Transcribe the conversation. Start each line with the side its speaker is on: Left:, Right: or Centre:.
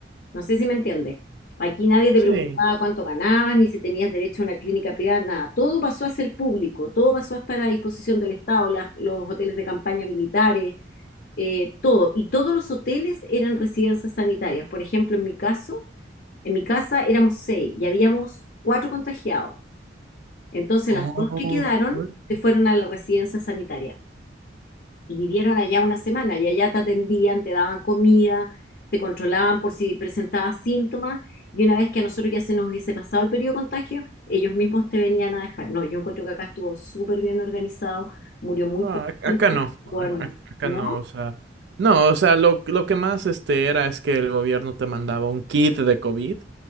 Left: No sé si me entiendes. Aquí nadie te
Right: Sí.
Left: preguntaba cuánto ganabas, ni si tenías derecho a una clínica privada, nada. Todo pasó a ser público, todo pasó a estar a disposición del Estado, las- los hoteles de campaña militares, eh, todo. Y todos los hoteles eran residencias sanitarias. Por ejemplo, en mi caso, en mi casa éramos seis y habíamos cuatro contagiados. Entonces
Right: Oh,
Left: las dos que quedaron
Right: qué fuerte.
Left: se fueron a la residencia sanitaria y vivieron allá una semana y allá te atendían, te daban comida, te controlaban por si presentabas síntomas y una vez que a nosotros ya se nos hubiese pasado el periodo de contagio, ellos mismos te venían a dejar. No, yo encuentro que acá estuvo súper bien organizado, murió muy
Right: Ah,
Left: poco,
Right: ac- acá no, ac-
Left: muerto,
Right: ac- acá
Left: ¿no?
Right: no, o sea, no, o sea, lo, lo que más este era es que el gobierno te mandaba un kit de COVID,